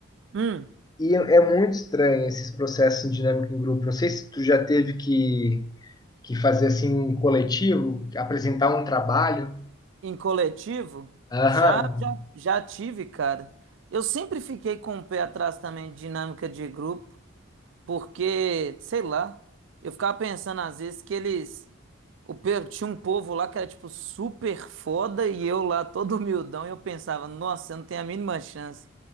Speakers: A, on the right; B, on the left.
A: Hum.
B: E é é muito estranho esses processos de dinâmica em grupo. Não sei se tu já teve que, que fazer assim um coletivo, apresentar um trabalho.
A: Em coletivo,
B: Aham.
A: já, já, já tive, cara. Eu sempre fiquei com o pé atrás também de dinâmica de grupo, porque, sei lá, eu ficava pensando às vezes que eles. O, pe- tinha um povo lá que era, tipo, super foda e eu lá todo humildão e eu pensava, nossa, eu não tenho a mínima chance.